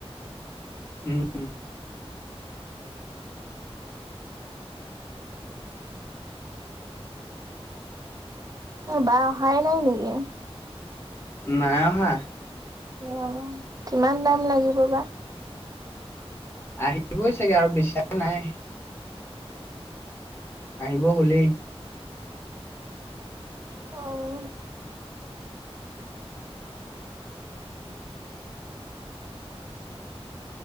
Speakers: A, on the left; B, on the right.
A: উম উম
B: বা অহাই নাই নেকি?
A: নাই অহা।
B: অ, কিমান দাম লাগিব বা?
A: আহিবই চাগে আৰু বেছিৰাও নাই। আহিব হলেই।
B: অ'